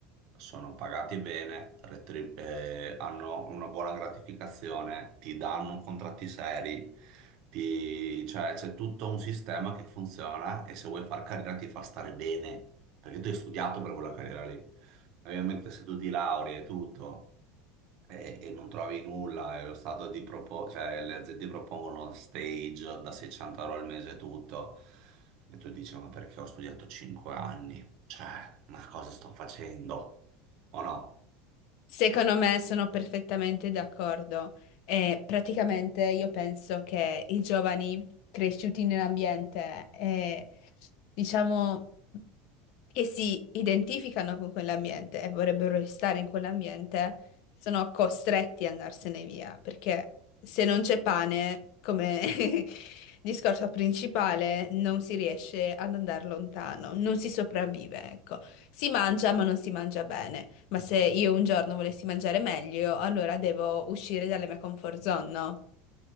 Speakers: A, on the right; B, on the left.
A: sono pagati bene, retrib- eh, hanno una buona gratificazione, ti danno contratti seri, ti- cioè c'è tutto un sistema che funziona e se vuoi far carriera ti fa stare bene, perché tu hai studiato per quella carriera lì. Ovviamente se tu ti lauri e tutto e, e non trovi nulla, è lo stato di propo- cioè, le aziende propongono stage da 600 euro al mese e tutto, e tu dici, ma perché ho studiato 5 anni? Cioè, ma cosa sto facendo? O no?
B: Secondo me sono perfettamente d'accordo. E praticamente io penso che i giovani cresciuti nell'ambiente, eh, diciamo. che si identificano con quell'ambiente e vorrebbero restare in quell'ambiente, sono costretti ad andarsene via, perché se non c'è pane, come <laughs> discorso principale, non si riesce ad andare lontano, non si sopravvive, ecco. Si mangia, ma non si mangia bene. Ma se io un giorno volessi mangiare meglio, allora devo uscire dalla mia comfort zone, no?